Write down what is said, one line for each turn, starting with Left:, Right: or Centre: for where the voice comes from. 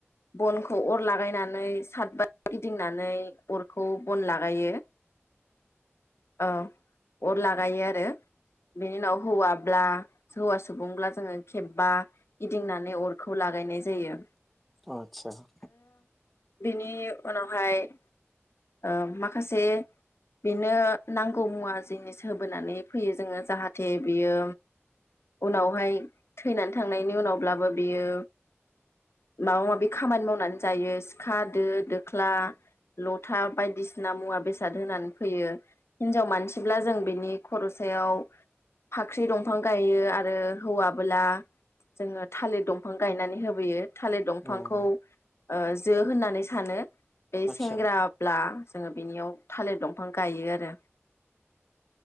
Left: बनखौ अर लागायनानै सादबार गिदिंनानै अरखौ बन लागायो ओ अर लागायो आरो बेनि उनाव हौवाब्ला हौवा सुबुंब्ला जोङो खेबबा गिदिंनानै अरखौ लागायनाय जायो
Centre: आच्छा
Left: बिनि उनावहाय ओ माखासे बेनो नांगौ मुवा जिनिस होबोनानै फैयो जोङो जाहाथे बियो उनावहाय थैनानै थांनायनि उनावब्लाबो बियो माबा माबि खामानि मावनानै जायो सिखा दो दोख्ला ल था बायदिसिना मुवा बेसाद होनानै फैयो हिनजाव मानसिब्ला जों बेनि खर' सायाव फाख्रि दंफां गायो आरो हौवाबोला जोङो थालिर दंफां गायनानै होबोयो थालिर दंफांखौ
Centre: औ
Left: ऐ जो होननानै सानो
Centre: आदसा
Left: बे सेंग्रा ब्ला जोङो बिनियाव थालिर दंफां गायो आरो